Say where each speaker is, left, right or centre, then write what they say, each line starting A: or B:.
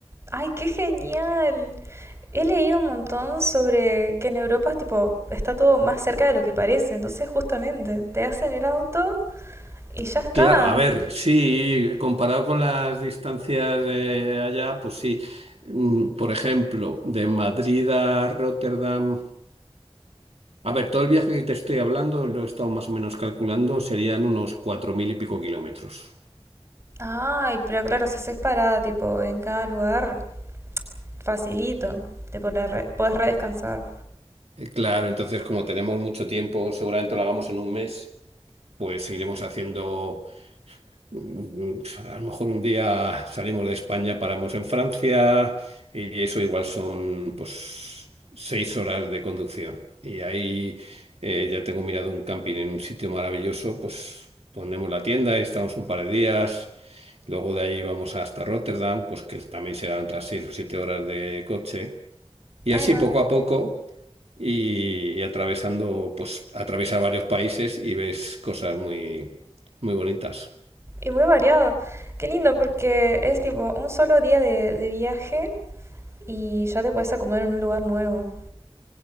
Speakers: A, on the right (about 25°); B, on the right (about 75°).
A: Ay, qué genial. He leído un montón sobre que en Europa, tipo, está todo más cerca de lo que parece. Entonces, justamente, te hacen el auto y ya está.
B: Claro, a ver, sí, comparado con las distancias de allá, pues sí. Mm, Por ejemplo, de Madrid a Rotterdam. A ver, todo el viaje que te estoy hablando, lo he estado más o menos calculando, serían unos cuatro mil y pico kilómetros.
A: Ay, pero claro, si haces parada, tipo, en cada lugar, facilito, te podés, re- puedes redescansar.
B: Eh, Claro, entonces como tenemos mucho tiempo, seguramente lo hagamos en un mes. Pues seguiremos haciendo. Mm, A lo mejor un día salimos de España, paramos en Francia y eso igual son pues seis horas de conducción. Y ahí eh, ya tengo mirado un camping en un sitio maravilloso, pues ponemos la tienda y estamos un par de días. Luego de ahí vamos hasta Rotterdam, pues que también serán otras seis o siete horas de coche. Y
A: Ahí
B: así
A: va.
B: poco a poco y, y atravesando, pues atravesar varios países y ves cosas muy, muy bonitas.
A: Y muy variado. Qué lindo porque es tipo un solo día de, de viaje y ya te puedes acomodar en un lugar nuevo.